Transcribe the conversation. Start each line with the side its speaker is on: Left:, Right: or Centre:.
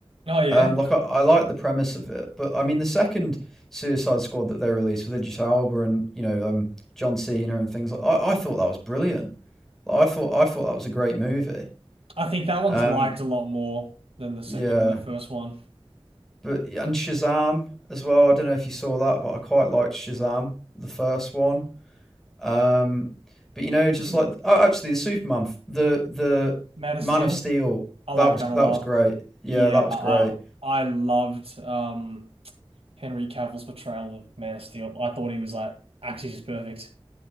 Right: Oh yeah.
Centre: Um, like I, I like the premise of it, but I mean the second Suicide Squad that they released with Idris Elba and you know um, John Cena and things like I, I thought that was brilliant. Like, I thought I thought that was a great movie.
Right: I think that one's
Centre: Um,
Right: liked a lot more than the
Centre: yeah,
Right: second, the first one.
Centre: but and Shazam as well. I don't know if you saw that, but I quite liked Shazam, the first one. Um, but you know, just
Right: Mm.
Centre: like oh, actually the Superman, f- the the
Right: Man of
Centre: Man
Right: Steel,
Centre: of Steel,
Right: I
Centre: that
Right: like
Centre: was
Right: that
Centre: that
Right: a lot.
Centre: was great. Yeah,
Right: Yeah,
Centre: that was
Right: I
Centre: great.
Right: I loved um Henry Cavill's portrayal of Man of Steel. I thought he was like actually just perfect.